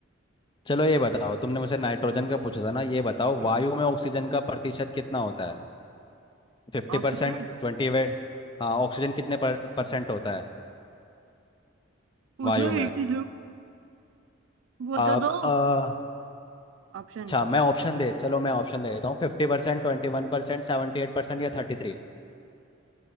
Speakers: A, on the left (about 25°); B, on the right (about 75°).
A: चलो ये बताओ तुमने मुझसे नाइट्रोजन का पूछा था ना ये बताओ
B: हम्म,
A: वायु में ऑक्सीजन का प्रतिशत कितना होता है फिफ्टी
B: ऑक्सीजन
A: परसेंट ट्वेंटी वे हाँ ऑक्सीजन कितने पर, परसेंट होता है
B: पूछो
A: वायु
B: 82
A: में
B: वो
A: आ,
B: तो दो
A: क- आ,
B: ऑप्शन
A: अच्छा मैं ऑप्शन दे चलो मैं ऑप्शन दे देता हूँ Fifty percent twenty one percent seventy eight percent या थर्टी थ्री